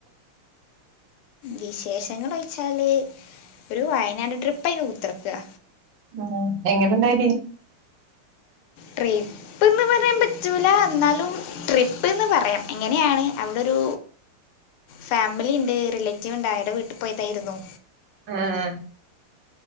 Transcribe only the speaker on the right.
ആ എങ്ങനെ ഇണ്ടായ്നി?
ആഹ്